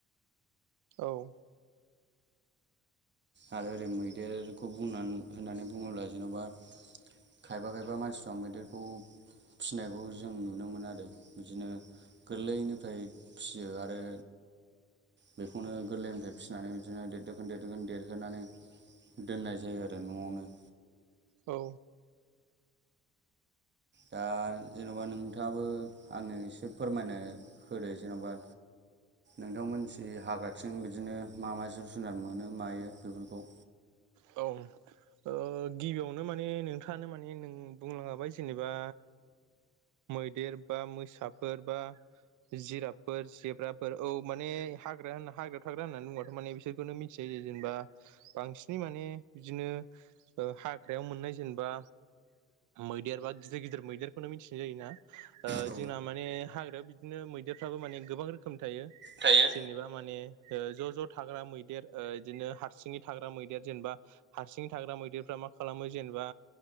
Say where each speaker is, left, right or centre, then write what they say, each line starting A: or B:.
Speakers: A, on the right; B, on the right.
A: औ।
B: आरो ओरै मैदेरखौ बुंनानै होननानै बुङोब्ला जेन'बा? खायबा -खायबा मानसिफ्रा मैदेरखौ फिसिनायखौ जों नुनो मोन आरो बिदिनो। गोरलैनिफ्राय फियो आरो। बेखौनो गोरलैनिफ्राय फिसिनानै बिदिनो देरदोखोन देरदोखोन देर होनानै दोननाय जायो आरो न'आवनो।
A: औ
B: दा जेन'बा नोंथाङाबो आङो एसे फोरमायनो होदो जेन'बा नोंथांमोनाथि हाग्राथिं बिदिनो मा मा जिब जुनार मोनो मायो बेफोरखौ
A: औ ओ गिबियावनो माने नोंथाङानो माने नों बुंङाबाय जेनेबा मैदेर बा मोसाफोर बा जिराबफोर जेब्राफोर औ। माने हाग्रा होनना हाग्रायाव थाग्रा होननानै बुङाथ' माने बिसोरखौनो मिथिायो जायो जेनेबा। बांसिनै माने बिदिनो हाग्रायाव मोननाय जेनेबा। मैदेर बा गिदिर -गिदिर मैदेरखौनो मिथिनाय जायोना
B: औ
A: जोंना माने हाग्रायाव। बिदिनो मैदेरफ्राबो माने गोबां रोखोम थायो
B: थायो
A: जेनेबा माने। ज' ज' थाग्रा मैदेर बिदिनो हारसिङै थाग्रा मैदेर जेनेबा हारसिं थाग्रा मैदेरफ्रा मा खालामो जेनेबा